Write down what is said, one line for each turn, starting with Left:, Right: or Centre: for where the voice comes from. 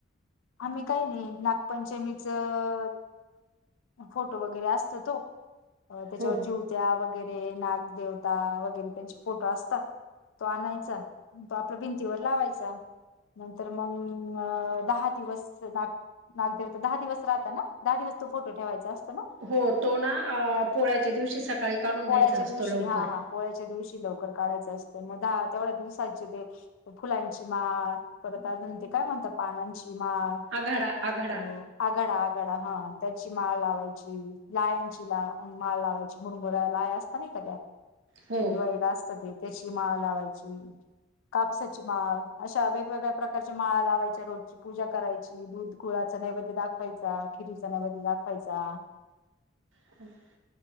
Left: आम्ही काही नाही नागपंचमीचं. फोटो वगैरे असतो तो. अ त्याच्यावर
Right: हो.
Left: जिवत्या वगैरे नागदेवता वगैरे त्यांचे फोटो असत. तो आणायचा तो आपल्या भिंतीवर लावायचा. नंतर मग दहा दिवस नाग. नागदेव तर दहा दिवस राहता ना दहा दिवस तो फोटो ठेवायचा असतो ना.
Right: हो तो ना पोळ्याच्या दिवशी सकाळी काढून
Left: पोळ्याच्या
Right: घ्यायचा असतो
Left: दिवशी
Right: लवकर.
Left: हा हा पोळ्याच्या दिवशी लवकर काढाचं असते मग दहा तेवढ्या दिवसाचे ते. फुलांची माळ परत अजून ते काय म्हणतात पानांची माळ.
Right: आघाडा आघाडा.
Left: अ आगाडा आगाडा हा त्याची माळ लावायची लायनची ला माळ लावायची. बुरा लाया असता नाही का त्या
Right: हो
Left: दिवाळीला असत ते त्याची माळ लावायची. कापसाची माळ अशा वेगवेगळ्या प्रकारच्या माळा लावायच्या रोज. पूजा करायची दूध गुळाचा नैवेद्य दाखवायचा, खिरीचा नैवेद्य दाखवायचा.
Right: ह <unintelligible>